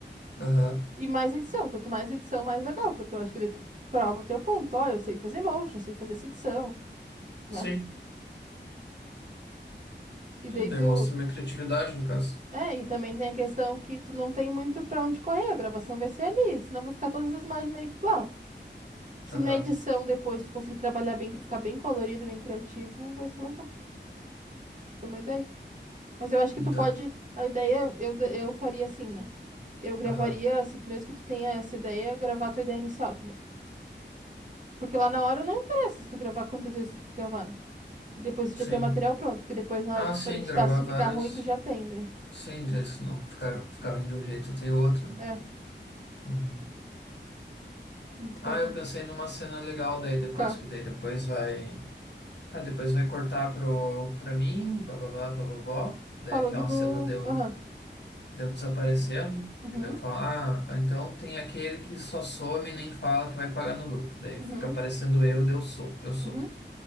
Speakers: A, on the left; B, on the right.
A: Aham,
B: E mais edição. Quanto mais edição, mais legal. Porque eu acho que daí tu prova o teu ponto. Ó, eu sei fazer motion, eu sei fazer essa edição, né?
A: sim.
B: E
A: Sim,
B: daí
A: daí
B: tu.
A: mostra minha criatividade, no caso.
B: É, e também tem a questão que tu não tem muito pra onde correr. A gravação vai ser ali. Senão vai ficar todas as imagens meio que igual. Se
A: Aham.
B: na edição depois tu conseguir trabalhar bem pra ficar bem colorido, bem criativo, vai ser legal. Acho que é uma ideia. Mas eu acho que tu pode.
A: Da-
B: A ideia eu, eu faria assim, né? Eu gravaria,
A: Aham.
B: se- mesmo que tu tenha essa ideia, gravar a tua ideia inicial também. Porque lá na hora não interessa se tu gravar quantas vezes tu for gravar, né? E depois tu
A: Sim.
B: já tem o material pronto, porque depois na
A: Ah,
B: hora que tu
A: sim,
B: for editar,
A: gravar
B: se
A: várias.
B: ficar ruim, tu já tem daí.
A: Sim, desse não. Ficar, ficava de um jeito, tem outro, né?
B: É,
A: Uhum.
B: hum, tu
A: Ah,
B: pode...
A: eu
B: in-
A: pensei numa cena legal daí depois,
B: Qual?
A: que daí depois vai. Tá, depois vai cortar pro, pra mim, bababá, bababó. Daí
B: Falando
A: aquela
B: do...
A: cena deu,
B: Aham.
A: deu desaparecendo.
B: Uhum,
A: E daí eu falo, ah, ah, então tem aquele que só some e nem fala que vai pagar no grupo. Daí
B: uhum,
A: fica aparecendo eu, daí eu sou, eu sou.
B: uhum,